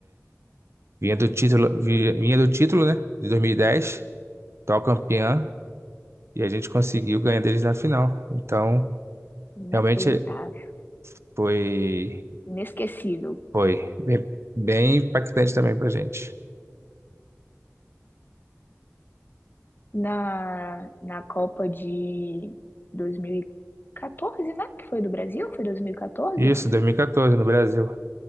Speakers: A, on the right; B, on the left.
A: Vinha do título, vinha, vinha do título, né? De 2010, atual campeã, e a gente conseguiu ganhar deles na final. Então,
B: Inacreditável,
A: realmente foi,
B: inesquecível.
A: foi bem, bem impactante também pra gente.
B: Na, na Copa de 2014, né? Que foi do Brasil? Foi 2014?
A: Isso, 2014 no Brasil.